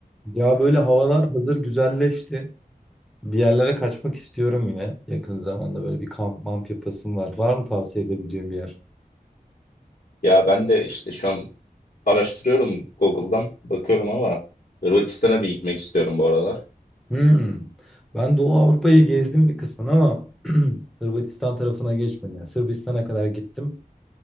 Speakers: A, in the centre; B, on the left.
A: Ya böyle havalar hazır güzelleşti. Bir yerlere kaçmak istiyorum yine. Yakın zamanda böyle bir kamp mamp yapasım var. Var mı tavsiye edebileceğim bir yer?
B: Ya ben de işte şu an araştırıyorum Google'dan bakıyorum ama Hırvatistan'a bir gitmek istiyorum bu aralar.
A: Hmm. Ben Doğu Avrupa'yı gezdim bir kısmını ama <clears throat> Hırvatistan tarafına geçmedim. Yani Sırbistan'a kadar gittim.